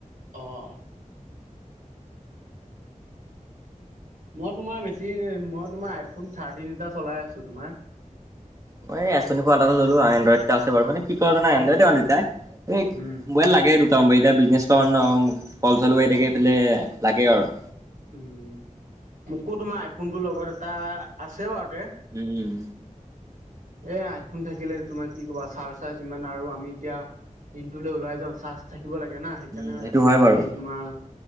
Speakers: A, on the right; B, on the right.
A: অহ। মই তোমাৰ বেছি, মই তোমাৰ আইফোন থাৰ্টিন এটা চলাই আছোঁ তোমাৰ।
B: মই এ এচ টোৱেনটি ফৰ আল্টা এটা ললোঁ আৰু। এনডইড এটা আছো বাৰু মানে কি কৰো জানা, এনডইডে দুটাই। এই
A: উম,
B: মোবাইল লাগে দুটা মোবাইল, এতিয়া বিজনেছ কৰা ন' কল-চল হৈয়ে থাকে এইফালে লাগে আৰু।
A: উম, মোকো তোমাৰ আইফোনটোৰ লগত এটা, আছে বাৰু তে।
B: উম।
A: এ আইফোন থাকিলে তোমাৰ কি কবা চাৰ্জ-টাৰ্জ ইমান আৰু আমি এতিয়া দিনটোলৈ ওলাই যাওঁ, চাৰ্জ থাকিব লাগে না। সেইকাৰণে
B: উম সেইটো
A: না
B: হয় বাৰু
A: হেৰি তোমাৰ,